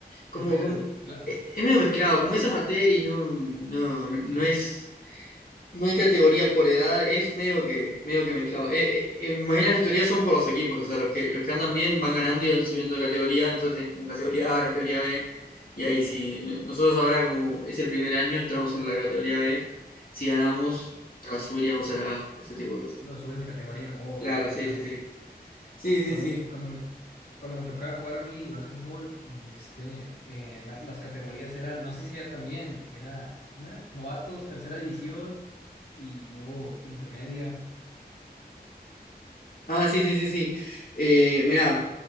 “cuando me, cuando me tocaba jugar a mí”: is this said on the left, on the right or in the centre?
Left